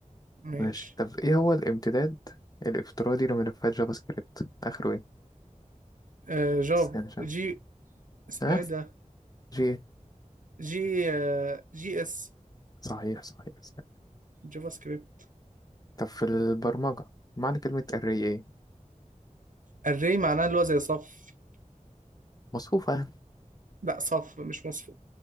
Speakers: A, on the right; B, on the left.
A: ماشي
B: ماشي طب ايه هو الامتداد الافتراضي لملفات جافا سكريبت اخره ايه
A: آه جافا
B: استنى شوف
A: جي اسمه
B: ها
A: ايه ده
B: جي إيه؟
A: جي آه، جي اس
B: صحيح صحيح استنى.
A: جافا سكريبت
B: طب في البرمجة معنى كلمة array ايه
A: الري معناه اللي هو زي صف
B: مصفوفة
A: لا صف مش مصفوف